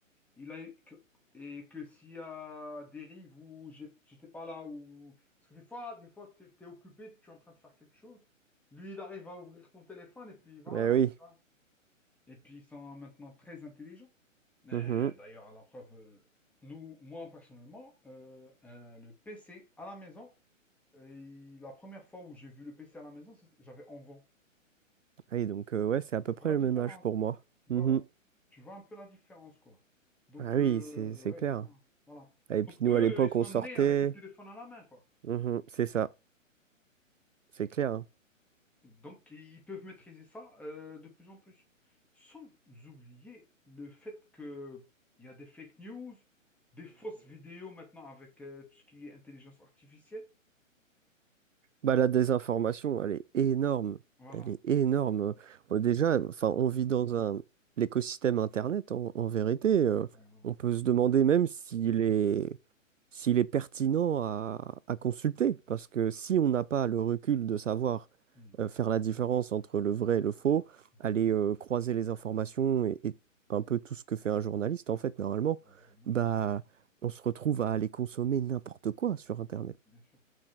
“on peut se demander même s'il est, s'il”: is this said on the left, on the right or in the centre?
Right